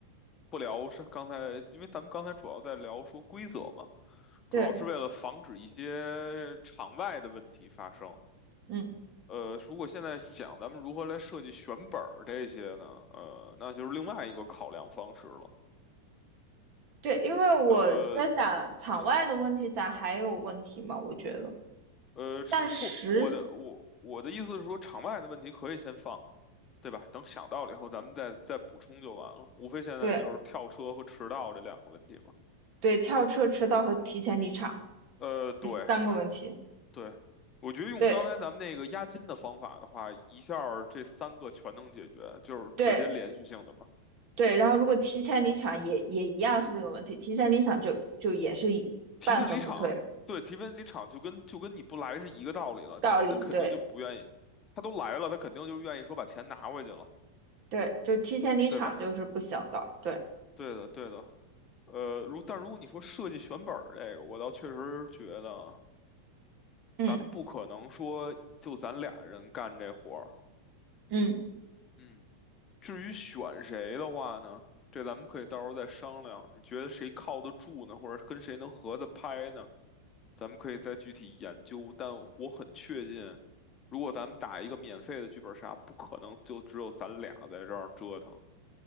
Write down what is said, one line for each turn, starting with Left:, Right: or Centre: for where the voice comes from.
Left: 不聊是刚才，因为咱们刚才主要在聊说规则嘛，
Right: 对，
Left: 主要是为了防止一些场外的问题发生。
Right: 嗯，
Left: 呃，如果现在想咱们如何来设计选本儿这些呢，呃，那就是另外一个考量方式了。
Right: 对，因为我在想场外的问题，
Left: 呃，
Right: 咱还有问题吗？我觉得，
Left: 呃，是不，
Right: 但实习
Left: 我的我我的意思是说，场外的问题可以先放，对吧？等想到了以后，咱们再再补充就完了。无非现在就是跳车和迟到这两个问题嘛。
Right: 对。对，跳车迟到和提前离场
Left: 呃，对
Right: 这三个问题。
Left: 对，我觉得用刚才咱们那个押金的方法的话，
Right: 对
Left: 一下儿这三个全能解决，就是直接连续性的嘛。
Right: 对对，然后如果提前离场也也一样是这个问题，提前离场就就也是一半分不退，
Left: 提前离场，对，提前离场就跟就跟你不来是一个道理了。
Right: 道理对
Left: 他那肯定就不愿意，他都来了，他肯定就愿意说把钱拿回去了，
Right: 对，就是提前离场就是不行的，
Left: 对吧？
Right: 对，
Left: 对的，对的。呃，如但如果你说设计选本儿这个，我倒确实觉得
Right: 嗯
Left: 咱们不可能说就咱俩人干这活儿。
Right: 嗯。
Left: 嗯，至于选谁的话呢，这咱们可以到时候再商量。你觉得谁靠得住呢，或者跟谁能合得拍呢？咱们可以再具体研究。但我很确信，如果咱们打一个免费的剧本杀，不可能就只有咱俩在这儿折腾。